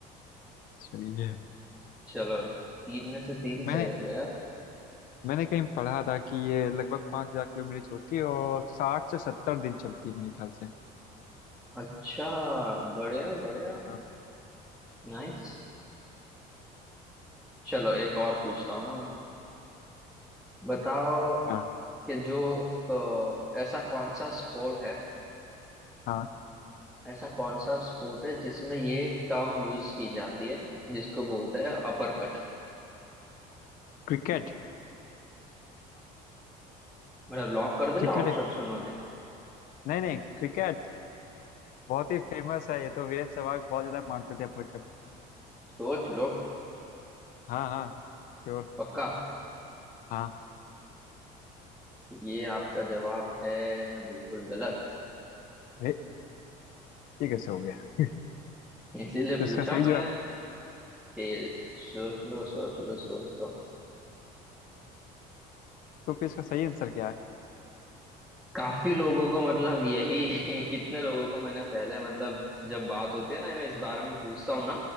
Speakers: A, on the left (about 55°); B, in the centre.
A: चलिए ये
B: चलो तीन में से तीन
A: मैंने
B: सही हो गया यार
A: मैंने कहीं पढ़ा था कि ये लगभग पाँच हजार किलोमीटर चलती है और साठ से सत्तर दिन चलती है मेरे ख्याल से
B: अच्छा बढ़िया बढ़िया
A: हाँ
B: नाइस चलो एक और पूछता हूँ ना बताओ
A: हाँ
B: कि जो अ, ऐसा कौन सा स्पोर्ट है
A: हाँ
B: ऐसा कौन सा स्पोर्ट है जिसमें ये टर्म यूज की जाती है जिसको बोलते हैं अपर कट
A: Cricket
B: मतलब लॉक कर दो
A: cricket
B: या ऑप्शन सुनोगे
A: नहीं नहीं क्रिकेट बहुत ही फेमस है ये तो वीरेंद्र सहवाग बहुत ज्यादा मानते थे अपना क्रिकेट
B: सोच लो
A: हाँ हाँ श्योर
B: पक्का
A: हाँ
B: तो ये आपका जवाब है बिल्कुल गलत
A: ये ये कैसे हो गया <laughs>
B: इसीलिए
A: तो
B: पूछा
A: इसका सही
B: हमने
A: जवाब
B: कि सोच लो सोच लो सोच लो
A: तो फिर इसका सही आंसर क्या है
B: काफी लोगों को मतलब यही <laughs> कितने लोगों को मैंने पहले मतलब जब बात होती है ना मैं इस बारे में पूछता हूँ ना